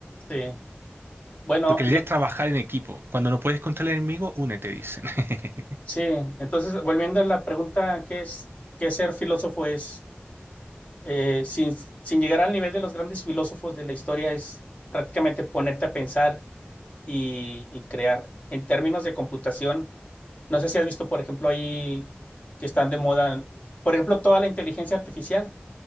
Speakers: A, on the left; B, on the right.
A: sí. Bueno,
B: Porque la
A: ye-
B: idea es trabajar en equipo. Cuando no puedes contra el enemigo, únete, dicen. <laughs>
A: sí. Entonces, volviendo a la pregunta, ¿qué es, qué ser filósofo es? Eh, sin, sin llegar al nivel de los grandes filósofos de la historia, es prácticamente ponerte a pensar y, y crear. En términos de computación, no sé si has visto, por ejemplo, ahí que están de moda, por ejemplo, toda la inteligencia artificial